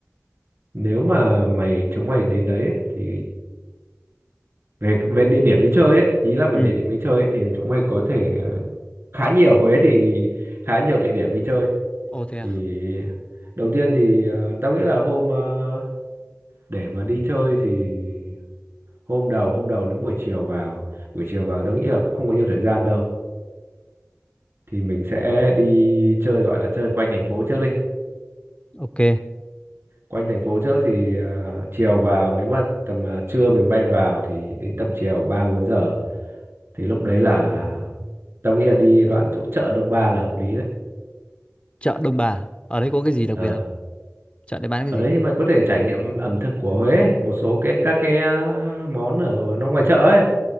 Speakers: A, on the right (about 55°); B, on the left (about 25°).
A: nếu mà mày chúng mày đến đấy ấy, thì về về địa điểm đi chơi ấy ý là về
B: Ừ.
A: địa điểm đi chơi ấy, thì chúng mày có thể ờ, khá nhiều Huế thì khá nhiều địa điểm đi chơi
B: Ồ thế
A: thì
B: à?
A: đầu tiên thì ờ, tao nghĩ là hôm ờ, để mà đi chơi thì hôm đầu hôm đầu nếu buổi chiều vào buổi chiều vào tao nghĩ là cũng không có nhiều thời gian đâu thì mình sẽ đi chơi gọi là chơi quanh thành phố trước đi
B: Ok.
A: quanh thành phố trước thì à, chiều vào nếu mà tầm à, trưa mình bay vào thì đến tầm chiều ba bốn giờ thì lúc đấy là tao nghĩ là đi đoạn chỗ chợ Đông Ba là hợp lý đấy.
B: Chợ Đông Bà. Ở đây có cái gì đặc
A: Ờ.
B: biệt không? Chợ đấy bán cái
A: Ở
B: gì?
A: đấy thì mày có thể trải nghiệm ẩm thực của Huế, một số cái các cái à, món ở nó ngoài chợ ấy.